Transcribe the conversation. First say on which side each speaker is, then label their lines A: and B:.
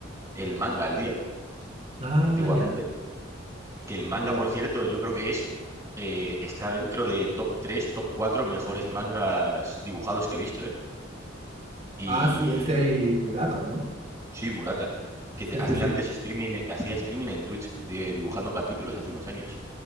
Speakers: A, on the right; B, on the right.
A: el manga al día,
B: Ah,
A: antiguamente.
B: ya,
A: Que el manga,
B: ya.
A: por cierto, yo creo que es eh, está dentro de top 3, top 4 mejores mangas dibujados que he visto, ¿eh? Y
B: Ah, sí, es el Murata, ¿o no?
A: sí, Murata, que te-
B: Sí,
A: hacía
B: sí, sí,
A: antes streaming, hacía streaming en Twitch de- dibujando capítulos hace unos años,